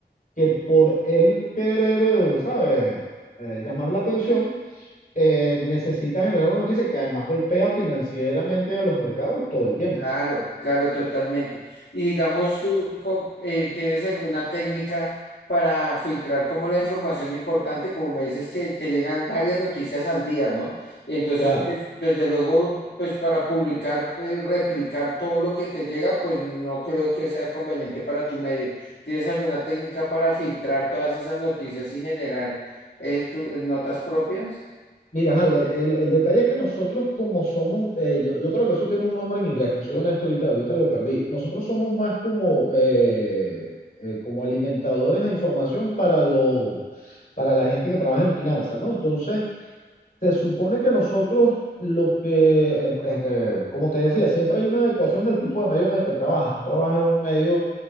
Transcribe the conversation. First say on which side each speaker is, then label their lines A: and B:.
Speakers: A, on the left; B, on the left.
A: que por él querer, eh, ¿sabes?, eh, llamar la atención, eh, necesita generar una noticia que además golpea financieramente a los mercados todo el tiempo.
B: Claro,
A: pues.
B: claro, totalmente. Y digamos, tú co- eh, tienes alguna técnica para filtrar como la información importante, como me dices que te llegan varias noticias al día, ¿no? Entonces,
A: Ya,
B: pues, desde luego, pues para publicar, eh, replicar todo lo que te llega, pues no creo que sea conveniente para tu medio. ¿Tienes alguna técnica para filtrar todas esas noticias y generar eh, tu- eh, notas propias?
A: mira, Albert, el, el detalle es que nosotros como somos, eh, yo, yo creo que eso tiene un nombre en inglés, te soy honesto ahorita, ahorita lo perdí. Nosotros somos más como, eh, eh, como alimentadores de información para los, para la gente que trabaja en finanzas, ¿no? Entonces, Se supone que nosotros lo que, eh, eh, como te decía, siempre hay una adecuación del tipo de medio en el que trabajas. Tú trabajas en un medio